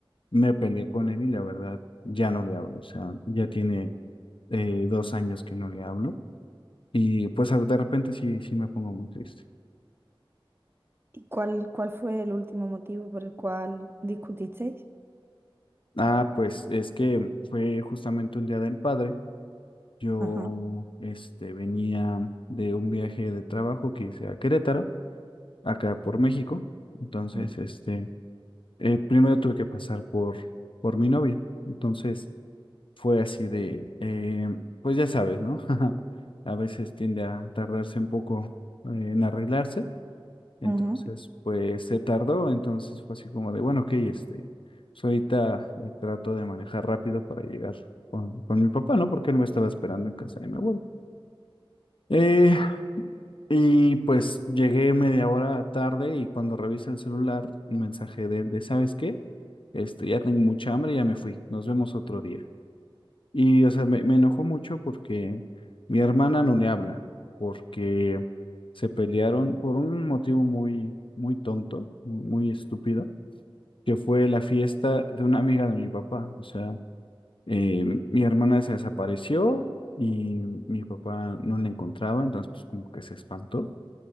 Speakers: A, on the left; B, on the right.
A: me peleé con él y la verdad ya no le hablo, o sea, ya tiene eh, dos años que no le hablo y pues a- de repente sí, sí me pongo muy triste.
B: ¿Y cuál, cuál fue el último motivo por el cual discutisteis?
A: Ah, pues es que fue justamente un día del padre, yo
B: Ajá.
A: este venía de un viaje de trabajo que hice a Querétaro. acá por México. Entonces,
B: mm,
A: este, eh, primero tuve que pasar por, por mi novia. Entonces, fue así de, eh, pues ya sabes, ¿no? <laughs> A veces tiende a tardarse un poco eh, en arreglarse. Entonces,
B: ujú,
A: pues se tardó. Entonces fue así como de, bueno, ok, este, pues ahorita eh, trato de manejar rápido para llegar con, con mi papá, ¿no? Porque él me estaba esperando en casa de mi abuelo. Eh, Y pues llegué media hora tarde y cuando revisé el celular, un mensaje de él de, ¿sabes qué? Este, ya tengo mucha hambre, ya me fui, nos vemos otro día. Y, o sea, me, me enojó mucho porque mi hermana no le habla, porque se pelearon por un motivo muy, muy tonto, muy, muy estúpido, que fue la fiesta de una amiga de mi papá. O sea, eh, mi hermana se desapareció y mi papá no la encontraba, entonces pues como que se espantó.